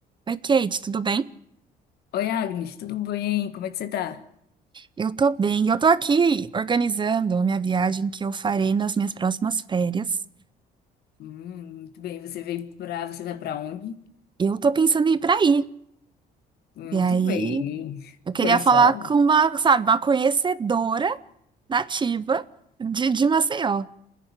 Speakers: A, on the right; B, on the left.
A: Oi, Kate, tudo bem?
B: Oi, Agnes, tudo bem? Como é que você tá?
A: Eu tô bem. Eu tô aqui organizando a minha viagem que eu farei nas minhas próximas férias.
B: Hum, muito bem. Você veio pra. Você vai pra onde?
A: Eu tô pensando em ir pra aí.
B: Muito
A: E aí,
B: bem.
A: eu queria
B: Conheci
A: falar
B: ela.
A: com uma, sabe, uma conhecedora nativa de, de Maceió.